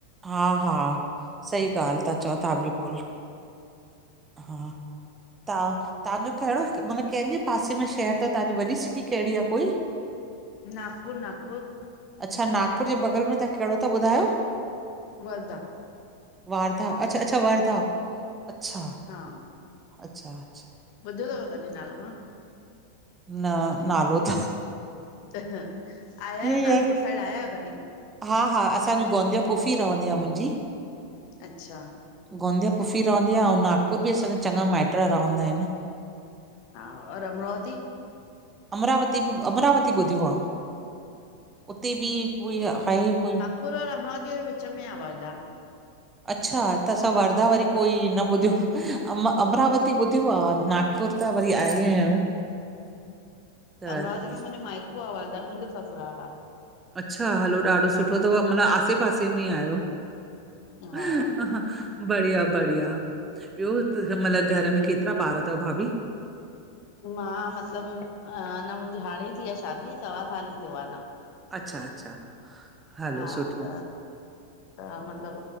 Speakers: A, on the right; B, on the left.
A: हा हा, सही ॻाल्हि ता चओ तां बिल्कुलु, हा। तां, तांजो कहिड़ो मतिलबु, कंहिंजे पासे में शहर तव तांजी वॾी सिटी कहिड़ी आ कोई?
B: नागपुर नागपुर।
A: अच्छा, नागपुर जे बगल में तां कहिड़ो ता ॿुधायो?
B: वरदा।
A: वारदा, अच्छा अच्छा वरदा, अच्छा।
B: हा।
A: अच्छा अच्छा।
B: ॿुधो तव कॾी नालो, न।
A: न, नालो थ
B: त अं, आया आहियो
A: ई
B: नागपुर
A: आहे
B: साइड आया आहियो कॾी?
A: हा हा असांजी गोंदिया फुफी रहंदी आ मुंहिंजी।
B: अच्छा
A: गोंदिया पुफी ऱवन्दी आ अऊं नागपुर बि असांजा चॼा माइट रहंदा आहिन।
B: हा और अमरावती?
A: अमरावती बि अमरावती ॿुधियो आ। उते बि कोई आहे कोई।
B: पूरो रंगनोर जे विच में आ वार्धा।
A: अच्छा त असां वर्धा वरी कोई न ॿुधियो आ अमरावती ॿुधियो आ। नागपुर त वरी आया आहियूं। त
B: अमरावती
A: ठीक-
B: में मुंजो माइको आ वर्धा में मुंजो ससुराल आ।
A: अच्छा हलो ॾाढो सुठो तव मतलब आसे-पासे में ई आहियो। ह
B: हा
A: हा <unintelligible> बढ़िया बढ़िया ॿियो तू हिमल घर में केतरा ॿार तव भाभी?
B: मां मतलब न मुंहिंजी अना हाणे थी आए शादी सवा साल ई थियो आहे अना।
A: अच्छा अच्छा हलो
B: हा
A: सुठो
B: त त म -- मतलब